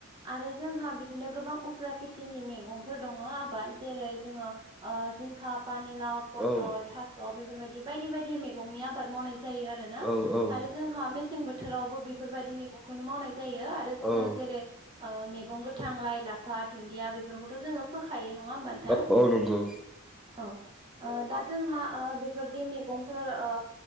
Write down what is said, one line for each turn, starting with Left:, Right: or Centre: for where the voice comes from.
Right: आरो जोंहा बिदिनो गोबां उफ्रा खेथिनि मैगंफोर दङ आबाद जेरै जोङो आ जिंखा पानि लाव पथल
Centre: औ
Right: थास' बेफोरबायदि बायदि बायदि मैगंनि आबाद मावनाय जायो आरो ना
Centre: औ औ
Right: आरो जोंहा मेसें बोथोरावबो बेफोरबायदि मैगंखौनो मावनाय जायो आरो
Centre: औ
Right: जोङो जेरै ओ मैगं गोथां लाइ लाफा दुन्दिया बेफोरखौथ' जोङो फोखायो नङा होमबा नों थां
Centre: औ औ नंगौ
Right: औ ओ दा जोंहा ओ बेफोरदि मैगंफोर ओ